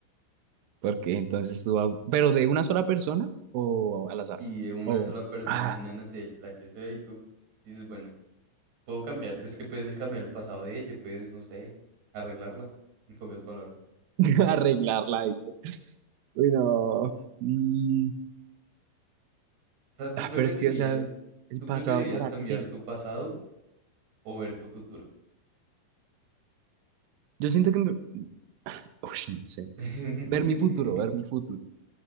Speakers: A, on the right (about 85°); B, on the right (about 55°).
A: porque entonces tú vas- pero de una sola persona o al azar.
B: sí, de una
A: O
B: sola persona,
A: ah,
B: imagina, no sé, la que sea y tú dices, bueno, Puedo cambiar, pues que puedes cambiar el pasado de ella, puedes, no sé, arreglarla, en pocas palabras.
A: <laughs> arreglarla, dice. Uy, no. Mm,
B: O sea, tú
A: ah,
B: preferirías,
A: pero es que, o sea, el
B: tú
A: pasado,
B: preferirías
A: ¿para
B: cambiar
A: qué?
B: tu pasado o ver tu futuro.
A: Yo siento que, me- uy, no sé.
B: <laughs>
A: Ver mi futuro, ver mi futuro.